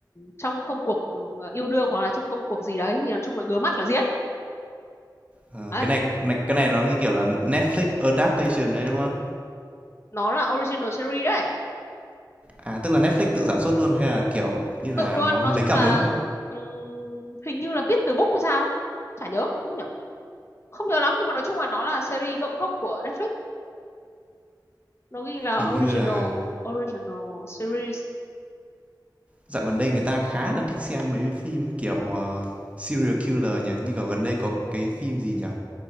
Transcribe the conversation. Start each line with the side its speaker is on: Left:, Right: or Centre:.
Left: trong công cuộc ừ, yêu đương hoặc là trong công cuộc gì đấy thì nói chung là ngứa mắt là giết
Right: Ờ,
Left: đấy
Right: cái này này- cái này nó như kiểu là Netflix adaptation đấy đúng không?
Left: nó là original series đấy
Right: À tức là Netflix tự sản xuất luôn hay là kiểu như là
Left: tự luôn
Right: nó
Left: nói
Right: lấy
Left: chung
Right: cảm
Left: là
Right: hứng?
Left: ừm, hình như là viết từ book hay sao ấy. chả nhớ đúng nhở không nhớ lắm nhưng mà nói chung là nó là series gốc gốc của Netflix nó ghi là
Right: Hình như
Left: original
Right: là
Left: original series
Right: dạo gần đây người ta khá là thích xem mấy phim kiểu ờ, serial killer nhỉ, như kiểu gần đây có cái phim gì nhỉ?